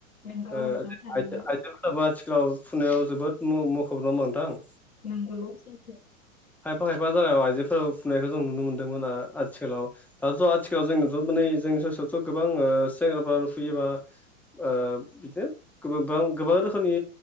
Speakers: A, on the left (about 80°); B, in the centre.
A: नंगौ
B: ओ
A: नोंथां थारैनो
B: आइजो आइजोफोराबो आथिखालाव फुनायाव जोबोद मु मुखुब नडा ओनबा नोंथां?
A: नंगौ सै
B: खायफा खायफा जागायाव आइजोफोराबो फुनायखौ जों नुनो मोनदोंमोन आथिखालाव दाथ' आथिखालाव जोंथ' माने जोंनि सयावथ' गोबां सेंग्राफ्रा फुयो बा ओ बिदिनो गोबां गोबां रोखोमनि